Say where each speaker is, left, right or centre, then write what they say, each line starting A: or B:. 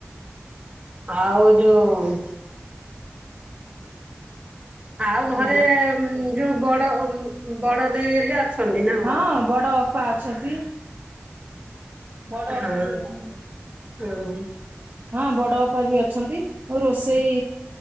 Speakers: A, on the right; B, on the right.
A: ଆଉ ଯୋଉ ଆଉ
B: ଆଜ୍ଞା
A: ଘରେ ଉଁ, ଯୋଉ ବଡ ଅ, ଉଁ, ଉଁ, ବଡ ଦେଇ ହେରିକା ଅଛନ୍ତି ନା କଣ?
B: ହଁ ବଡ ଅପା ଅଛନ୍ତି। ବଡ
A: ହଁ
B: ଅପା ବି ଅଛନ୍
A: ହଁ
B: ହଁ ବଡ଼ ଅପା ବି ଅଛନ୍ତି। ଆଉ ରୋଷେଇ